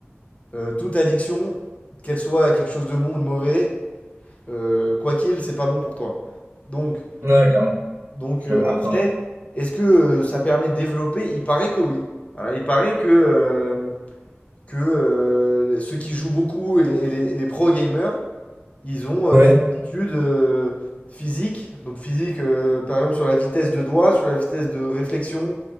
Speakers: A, on the left (about 30°); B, on the right (about 75°).
A: euh, toute addiction, qu'elle soit quelque chose de bon ou de mauvais, euh, quoi qu'il, c'est pas bon pour toi. Donc,
B: ouais, clairement,
A: Donc
B: je suis
A: euh,
B: d'accord
A: après,
B: avec toi.
A: est-ce que euh, ça permet de développer? Il paraît que oui. Voilà, il paraît que, euh, que euh, ceux qui jouent beaucoup et les, et les- et les pro gamers, ils ont euh,
B: Ouais,
A: des aptitudes euh, physiques. Donc physique, euh, par exemple sur la vitesse de doigt, sur la vitesse de réflexion,